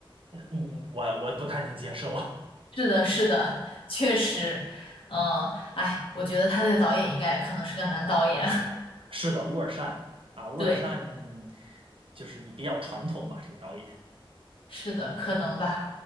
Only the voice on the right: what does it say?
嗯我我不太能接受。<laughs>
是的，乌尔善啊，乌尔善
就是也比较传统吧，这个导演。